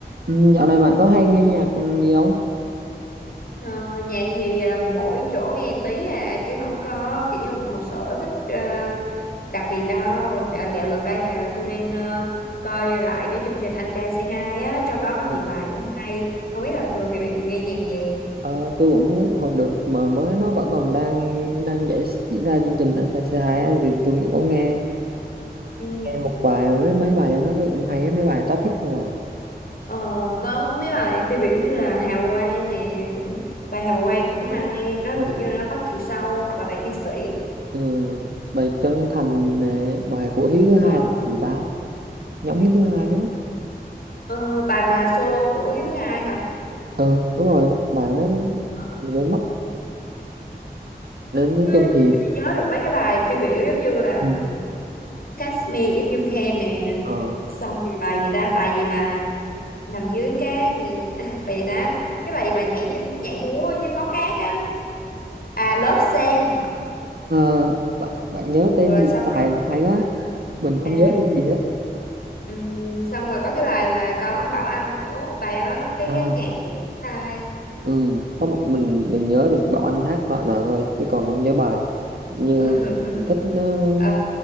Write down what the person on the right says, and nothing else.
Ừ, Dạo này bạn có hay nghe nhạc gì không?
Ờ,
ờ, tôi cũng hồi được mà mới nó vẫn còn đang đang giải, diễn ra chương trình anh trai c hai á, thì tôi cũng có nghe
nghe một bài mấy mấy bài trong đó thấy cũng hay á, mấy bài top hit không à.
Ờ,
ờ, bài chân thành nè, bài của Hiếu thứ hai
là bài gì ta? Nhóm Hiếu thứ hai á.
Ừ, đúng rồi, bài nó
mình quên mất. Nên nói
chung thì
ừ.
ờ,
ờ, bạn, bạn nhớ
tên được
tài
hay quá, mình không
nhớ được gì hết.
À
Ừ, có một mình mình nhớ được Bảo Anh hát đoạn nào thôi chứ còn không nhớ bài như
mình, mình thích ờ,